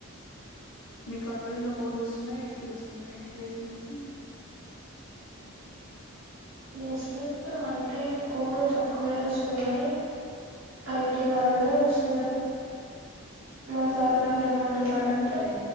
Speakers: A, on the left; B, on the right.
A: మీ క కాలేజ్ లో కోరు వస్తున్నాయి. ఎయిటీ వస్తున్నాయి అండి ప్లేస్మెంట్స్
B: ప్లేస్మెంట్ అంటే <unintelligible> తక్కువే వస్తున్నాయి. ఐటీ వాళ్ళవే వస్తున్నాయి. మా సార్ వాళ్ళు ఏమంటున్నారంటే